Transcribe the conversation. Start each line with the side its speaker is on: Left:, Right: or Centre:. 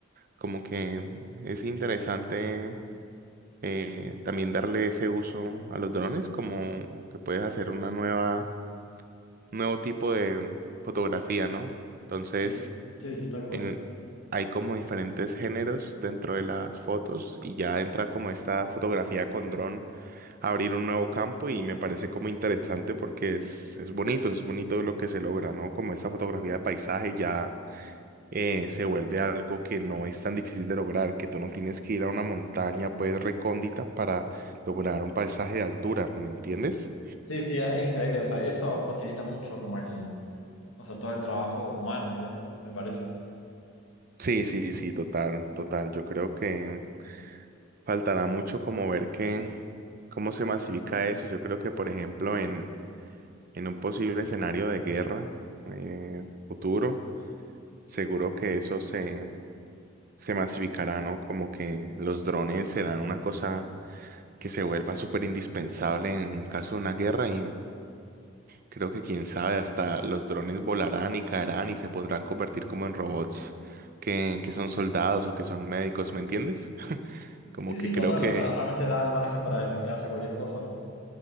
Right: Como que es interesante eh, también darle ese uso a los drones, como que puedes hacer una nueva, nuevo tipo de fotografía, ¿no? Entonces,
Left: Sí, sí, sí, tal cual.
Right: en- hay como diferentes géneros dentro de las fotos y ya entra como esta fotografía con dron a abrir un nuevo campo y me parece como interesante porque es, es bonito, es bonito lo que se logra, ¿no? Como esta fotografía de paisaje ya eh, se vuelve algo que no es tan difícil de lograr, que tú no tienes que ir a una montaña pues recóndita para lograr un paisaje de altura, ¿me entiendes?
Left: Sí, sí, es increíble, o sea, eso facilita mucho como el, o sea, todo el trabajo humano, digamos, me parece.
Right: Sí, sí, sí, total, total. Yo creo que faltará mucho como ver que, cómo se masifica eso. Yo creo que, por ejemplo, en, en un posible escenario de guerra eh, futuro, seguro que eso se, se masificará, ¿no? Como que los drones serán una cosa que se vuelva súper indispensable en caso de una guerra y Creo que quién sabe, hasta los drones volarán y caerán y se podrán convertir como en robots que, que son soldados o que son médicos, ¿me entiendes? <laughs> Como
Left: Sí,
Right: que
Left: sí,
Right: creo
Left: total,
Right: que
Left: o sea, realmente da el margen para imaginarse cualquier cosa, ¿no?